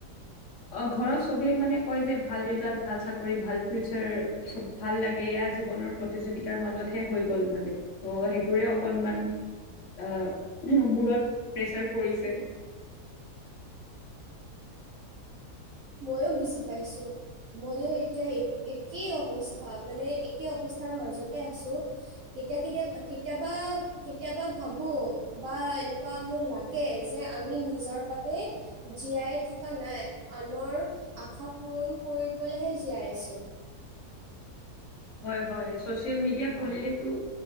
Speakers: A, on the left; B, on the right.
A: অ', ঘৰত চবেই মানে কয় যে ভাল ৰিজাল্ট, ভাল চাকৰি, ভাল ফিউচাৰ, চব ভাল লাগে ইয়াৰ জীৱনৰ প্ৰতিযোগিতাৰ মাজতহে হৈ গ'ল মানে, ত' সেইটোৰে অকনমান আহ, মূৰত প্ৰেচাৰ পৰিছে।
B: মইয়ো বুজি পাইছোঁ। মইয়ো এতিয়া এক-একেই অৱস্থা মানে একে অৱস্থাৰ মাজতে আছোঁ। কেতিয়া কেতিয়া কেতিয়াবা কেতিয়াবা ভাবোঁ বা এনেকুৱা মোৰ লাগ লাগে যে আমি নিজৰ বাবে জীয়াই থকা নাই। আনৰ আশা পূৰণ কৰিবলৈহে জীয়াই আছোঁ।
A: হয় হয়, ছচিয়েল মিডিয়া খুলিলেতো